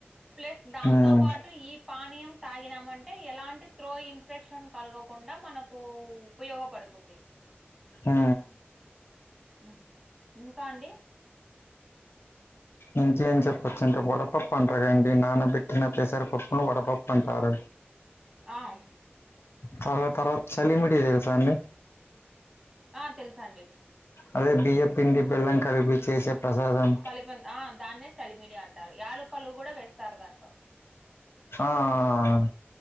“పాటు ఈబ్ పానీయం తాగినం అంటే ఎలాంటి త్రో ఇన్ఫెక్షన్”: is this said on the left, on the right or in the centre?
Centre